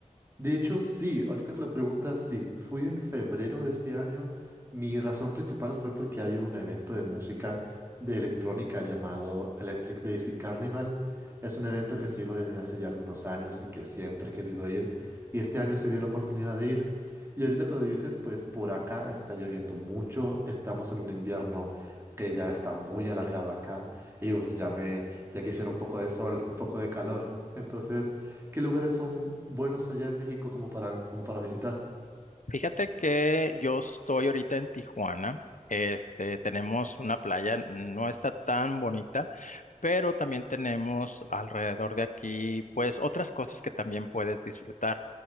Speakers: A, on the right; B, on the left.
A: De hecho, sí, ahorita que lo preguntas, sí, fui en febrero de este año. Mi razón principal fue porque hay un evento de música de electrónica llamado Electric Daisy Carnival. Es un evento que sigo desde hace ya algunos años y que siempre he querido ir. Y este año se dio la oportunidad de ir. Y ahorita que lo dices, pues por acá está lloviendo mucho. Estamos en un invierno que ya está muy alargado acá. Y uf, ya me, ya quisiera un poco de sol, un poco de calor. Entonces... ¿Qué lugares son buenos allá en México como para, como para visitar?
B: Fíjate que yo estoy ahorita en Tijuana. Este, tenemos una playa, no está tan bonita, pero también tenemos alrededor de aquí pues otras cosas que también puedes disfrutar.